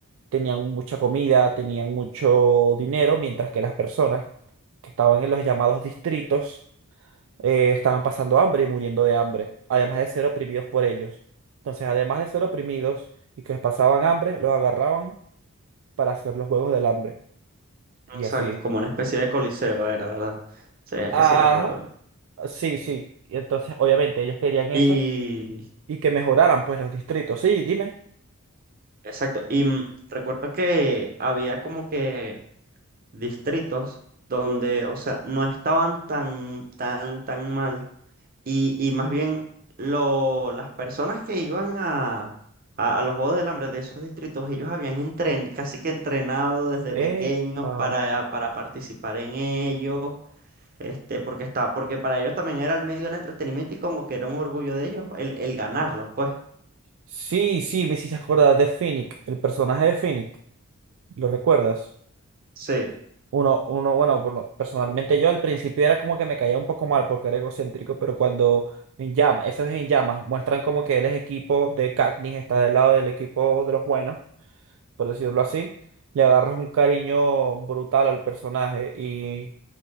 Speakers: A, on the right; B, on the right.
A: tenían mucha comida, tenían mucho dinero, mientras que las personas que estaban en los llamados distritos eh, estaban pasando hambre y muriendo de hambre, además de ser oprimidos por ellos. Entonces, además de ser oprimidos y que pasaban hambre, los agarraban para hacer los juegos del hambre. Y
B: Exacto,
A: así.
B: como una especie de coliseo era, ¿verdad? Sí, es
A: Ajá,
B: que sí recuerdo bien.
A: sí, sí. Y entonces, obviamente, ellos querían
B: Y,
A: eso y que mejoraran pues los distritos. Sí, dime.
B: exacto, y mm, recuerdo que había como que distritos donde, o sea, no estaban tan, tan, tan mal Y, y más bien, lo, las personas que iban a, a, a los Juegos del Hambre de esos distritos, ellos habían entren, casi que entrenado desde pequeños
A: Epa.
B: para, para participar en ellos, este, porque está, porque para ellos también era el medio del entretenimiento y como que era un orgullo de ellos el, el ganarlos, pues.
A: Sí, sí, me hiciste acordar de Finnick, el personaje de Finnick. ¿Lo recuerdas?
B: Sí.
A: Uno, uno, bueno, por lo- personalmente yo al principio era como que me caía un poco mal porque era egocéntrico, pero cuando en llamas, esos en llamas, muestran como que él es equipo de Katniss, está del lado del equipo de los buenos. por decirlo así, le agarras un cariño brutal al personaje y